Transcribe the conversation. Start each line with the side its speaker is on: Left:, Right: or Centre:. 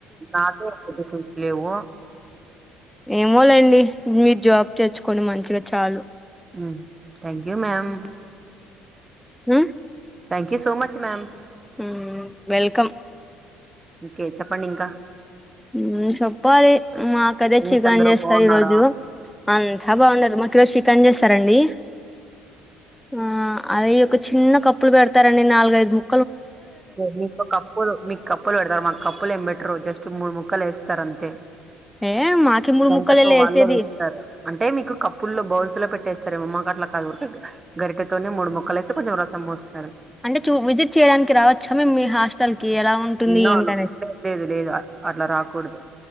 Right: నాకు పెద్ద సూక్ లేవు
Centre: ఏమోలేండి మీరు జాబ్ తెచ్చుకొని మంచిగా చాలు
Right: హు thank you ma'am
Centre: hmm
Right: thank you so much ma'am
Centre: hmm welcome
Right: okay చెప్పండి ఇంకా
Centre: హ్మ్ చెప్పాలి మాకదే
Right: ఫ్రెండ్స్
Centre: చికన్
Right: అందరూ
Centre: చేస్తారు
Right: బాగున్నారా
Centre: ఈ రోజు అంతా బాగున్నారూ మాకు ఈ రోజు చి పని చేస్తారండి ఆ అవి ఒక చిన్న కప్పులు పెడతారండి నాలుగైదు ము
Right: ఏ మీకు కప్పులు మీకు కప్పులు పెడతారు మా కప్పు లు ఏం బెట్టారు జస్ట్ మూడు ముక్ ముక్కలేస్తారు అంతే
Centre: ఏ మాకి మూడు
Right: గరిటతో
Centre: ముక్కలేలే
Right: వాళ్లే
Centre: వేసేది
Right: వేస్తారు అంటే మీకు కప్పుల్లో బౌల్స్ లో పెట్ వేస్తారుఏమో మాకు అట్లా కాదు గరిటితోనే మూడు ముక్కలు వేస్తే కొంచం రసం పోస్తారు
Centre: అంటే చూ విజిట్ చేయడానికి రావచ్ చా మేం మీ హాస్టల్ కి ఎలా ఉంటుంది
Right: నో
Centre: ఏంటనేది
Right: నో లేదు లేదు లేదు అట్లా రాకూడదు